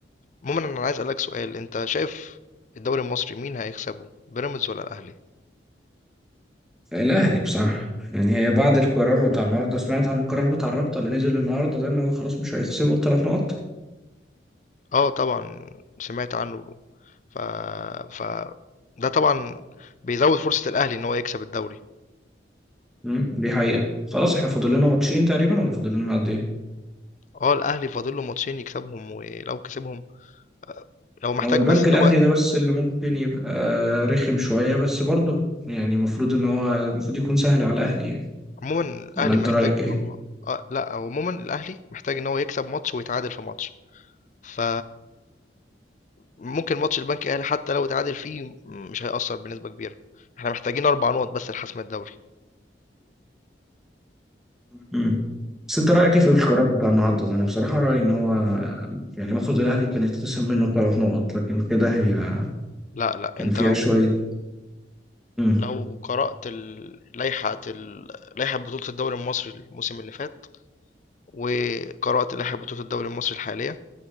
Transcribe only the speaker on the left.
عمومًا أنا عايز أسألك سؤال، أنت شايف الدوري المصري مين هيكسبه، بيراميدز والّا الأهلي؟
آه طبعًا سمعت عنه، ف ف ده طبعًا بيزوّد فرصة الأهلي إن هو يكسب الدوري.
اه الاهلي فاضل له ماتشين يكسبهم ولو كسبهم آه، لو محتاج
بس ان
هو
<laughs> عموما الاهلي
محتاج
ان هو آه لا هو عموما الاهلي محتاج ان هو يكسب ماتش ويتعادل في ماتش ف ممكن ماتش البنك الاهلي حتى لو اتعادل فيه مش هيأثر بنسبة كبيرة احنا محتاجين اربع نقط بس لحسم الدوري
لا لا
انت
لو
لو قرأت ال- لائحة ال- لائحة بطولة الدوري المصري الموسم اللي فات وقرأت لائحة بطولة الدوري المصري الحالية